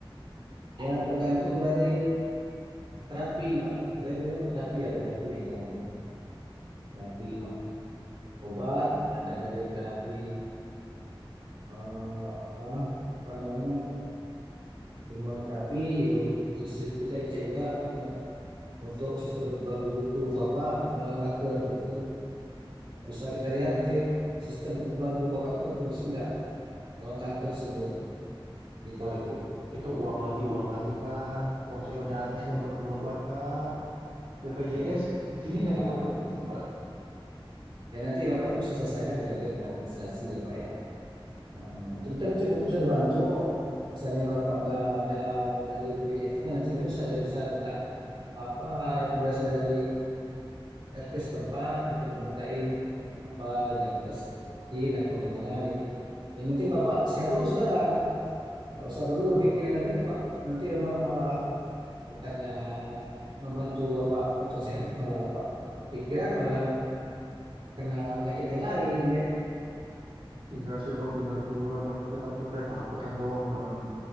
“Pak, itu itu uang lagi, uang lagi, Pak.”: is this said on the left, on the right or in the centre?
Right